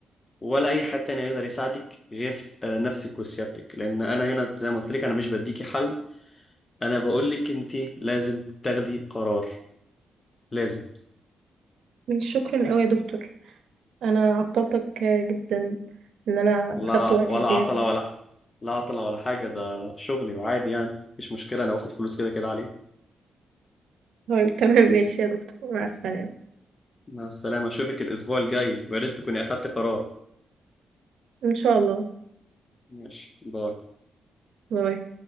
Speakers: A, on the left; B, on the right.
A: ولا اي حد تاني هيقدر يساعدك غير آه، نفسك وسيادتك لان انا هنا زي ما قلت لك انا مش بديكي حل انا بقول لك انت لازم تاخدي قرار لازم
B: مش شكرا قوي يا دكتور انا عطلتك آه، جدا ان انا
A: ولا
B: اخدت وقت
A: ولا
B: زياده
A: عطلة ولا لا عطلة ولا حاجة ده شغلي وعادي يعني مفيش مشكلة أنا باخد فلوس كده كده عليه
B: طيب، تمام ماشي يا دكتور مع السلامه
A: مع السلامة أشوفك الأسبوع الجاي ويا ريت تكوني أخدت قرار
B: ان شاء الله
A: ماشي باي
B: باي